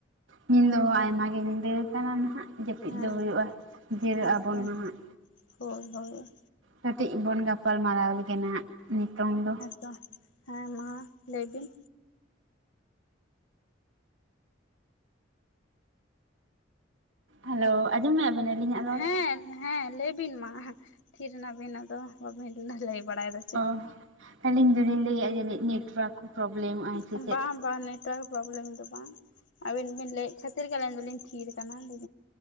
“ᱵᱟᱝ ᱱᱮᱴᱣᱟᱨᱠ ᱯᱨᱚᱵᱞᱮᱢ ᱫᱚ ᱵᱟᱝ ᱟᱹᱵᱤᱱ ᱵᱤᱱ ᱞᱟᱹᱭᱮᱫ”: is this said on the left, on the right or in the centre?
Left